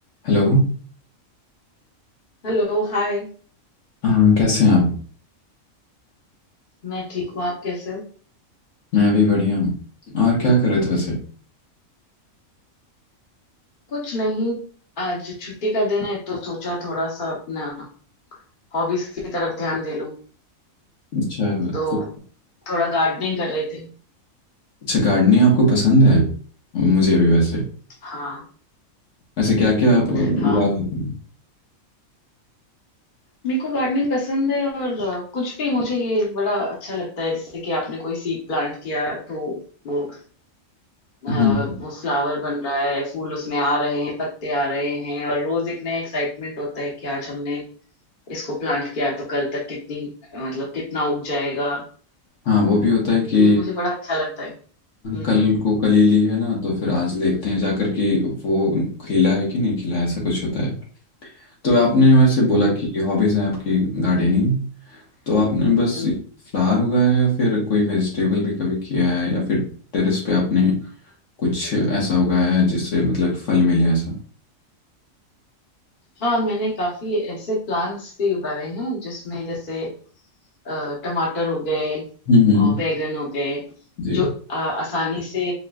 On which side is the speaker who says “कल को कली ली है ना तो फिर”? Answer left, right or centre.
Left